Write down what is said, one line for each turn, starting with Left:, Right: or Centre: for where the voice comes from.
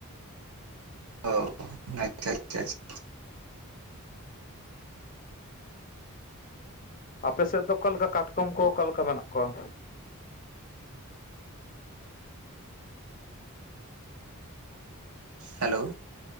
Right: ᱚ ᱟᱪᱪᱷᱟ ᱟᱪᱪᱷᱟ
Left: ᱟᱯᱮ ᱥᱮᱫ ᱫᱚ ᱚᱠᱟ ᱞᱮᱠᱟ ᱠᱟᱴᱠᱚᱢ ᱠᱚ ᱚᱠᱟ ᱞᱮᱠᱟ ᱢᱮᱱᱟᱜ ᱠᱚᱣᱟ
Right: ᱦᱮᱞᱳ